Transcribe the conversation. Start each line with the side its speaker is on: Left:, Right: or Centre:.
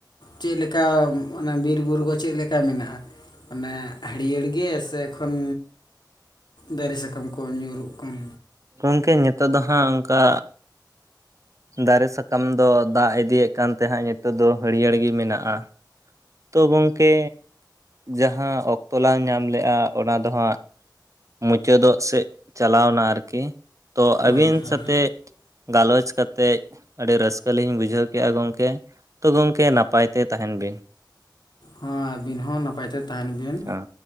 Left: ᱪᱮᱫ ᱞᱮᱠᱟ ᱚᱱᱟ ᱵᱤᱨᱵᱩᱨᱩ ᱠᱚ ᱪᱮᱫ ᱞᱮᱠᱟ ᱢᱮᱱᱟᱜᱼᱟ ᱚᱱᱮ ᱦᱟᱹᱨᱭᱟᱹᱲ ᱜᱮ ᱥᱮ ᱮᱠᱷᱚᱱ ᱫᱟᱨᱮ ᱥᱟᱠᱟᱢ ᱠᱚ ᱧᱩᱨᱩᱜ ᱠᱟᱱ
Right: ᱜᱚᱝᱠᱮ ᱱᱤᱛᱚᱜ ᱫᱚ ᱦᱟᱸᱜ ᱚᱱᱠᱟ ᱫᱟᱨᱮ ᱥᱟᱠᱟᱢ ᱫᱚ ᱫᱟᱜ ᱤᱫᱤᱭᱮᱫ ᱠᱟᱱ ᱛᱟᱦᱮᱸᱜ ᱱᱤᱛᱚᱜ ᱫᱚ ᱦᱟᱹᱨᱭᱟᱹᱲ ᱜᱮ ᱢᱮᱱᱟᱜᱼᱟ ᱛᱚ ᱜᱚᱢᱠᱮ ᱡᱟᱦᱟᱸ ᱚᱠᱛᱚ ᱞᱟᱝ ᱧᱟᱢ ᱞᱮᱜᱼᱟ ᱚᱱᱟ ᱫᱚ ᱦᱟᱸᱜ ᱢᱩᱪᱟᱹᱫᱚᱜ ᱥᱮᱫ ᱪᱟᱞᱟᱣᱮᱱᱟ ᱟᱨᱠᱤ ᱛᱳ
Left: ᱦᱳᱭ
Right: ᱟᱹᱵᱤᱱ
Left: ᱦᱳᱭ
Right: ᱥᱟᱛᱮᱜ ᱜᱟᱞᱚᱪ ᱠᱟᱛᱮᱫ ᱟᱹᱰᱤ ᱨᱟᱹᱥᱠᱟᱹ ᱞᱤᱧ ᱵᱩᱡᱷᱟᱹᱣ ᱠᱮᱜᱼᱟ ᱜᱚᱢᱠᱮ ᱛᱚ ᱜᱚᱢᱠᱮ ᱱᱟᱯᱟᱭ ᱛᱮ ᱛᱟᱦᱮᱱ ᱵᱤᱱ
Left: ᱦᱚᱭ ᱟᱹᱵᱤᱱ ᱦᱚᱸ ᱱᱟᱯᱟᱭᱛᱮ ᱛᱟᱦᱮᱱ ᱵᱤᱱ
Right: ᱦᱮᱸ